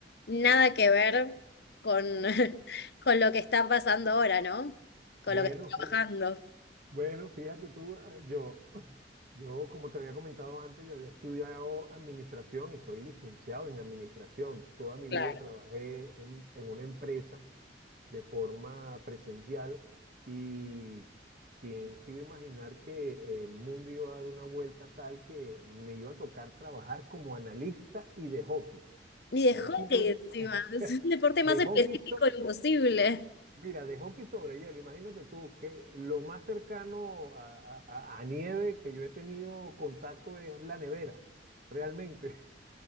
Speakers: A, on the left (about 65°); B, on the right (about 50°).
A: nada que ver con, <laughs> con lo que está pasando ahora, ¿no? Con
B: Bueno,
A: lo que estoy trabajando.
B: fí- bueno, fíjate tú, eh, yo, <clears throat> yo como te había comentado antes, yo había estudiado administración y soy licenciado en administración. Toda mi
A: Claro.
B: vida trabajé en, en una empresa de forma presencial y quién se iba a imaginar que el mundo iba a dar una vuelta tal que me iba a tocar trabajar como analista y de hockey.
A: Ni de
B: No
A: hockey
B: es simplemente
A: encima,
B: <laughs>
A: <laughs> es un deporte
B: de
A: más específico
B: hockey, so-
A: imposible.
B: mira, de hockey sobre hielo. Imagínate tú que lo más cercano a, a- a- a nieve que yo he tenido contacto es la nevera, realmente.